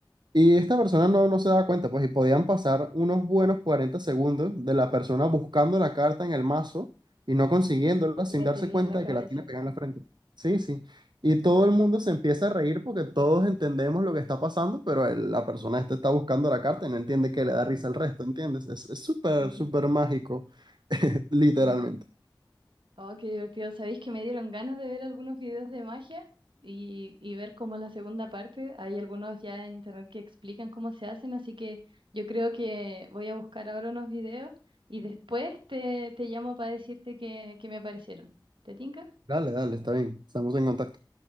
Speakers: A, on the right (about 60°); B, on the right (about 80°).
A: Y esta persona no, no se daba cuenta, pues, y podían pasar unos buenos 40 segundos de la persona buscando la carta en el mazo y no consiguiéndola
B: Y
A: sin
B: la
A: darse
B: tenía
A: cuenta
B: en la cabeza.
A: de que la tiene pegada en la frente. Sí, sí. Y todo el mundo se empieza a reír porque todos entendemos lo que está pasando, pero el- la persona esta está buscando la carta y no entiende que
B: ujú,
A: le da risa al resto, ¿entiendes? Es es súper,
B: ujú.
A: súper mágico, <laughs> literalmente.
B: Mm. Oh, qué divertido. Sabéis que me dieron ganas de ver algunos videos de magia y, y ver cómo es la segunda parte. Hay algunos ya en internet que explican cómo se hacen, así que yo creo que voy a buscar ahora unos videos y después te, te llamo para decirte qué, qué me parecieron. ¿Te tinca?
A: Dale, dale, está bien. Estamos en contacto.